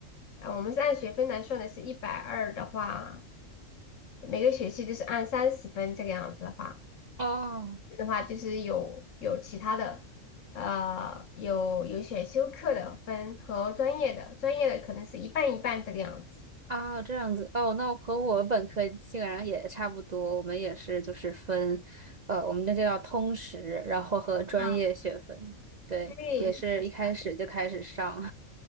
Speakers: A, on the left; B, on the right.
A: 呃，我们是按学分来算的，是一百二的话，每个学期就是按三十分这个样子的话，
B: 哦，
A: 的话就是有有其他的，呃，有有选修课的分和专业的，专业的可能是一半一半这个样子。
B: 啊，这样子哦，那我和我本科基本上也差不多，我们也是就是分，呃，我们那就叫通识，然后和专业学分，
A: 嗯，
B: 对，
A: 对，
B: 也是一开始就开始上，
A: 是的